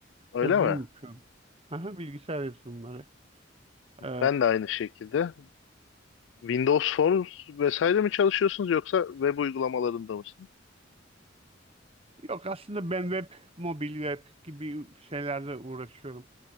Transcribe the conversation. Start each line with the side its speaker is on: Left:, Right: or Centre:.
Left: Öyle
Right: Yazılım
Left: mi?
Right: yapıyorum. Aha, bilgisayar yazılımları. Ee,
Left: Ben de aynı şekilde. Windows Forms vesaire mi çalışıyorsunuz yoksa web uygulamalarında mısınız?
Right: yok aslında ben web, mobil web gibi şeylerle uğraşıyorum.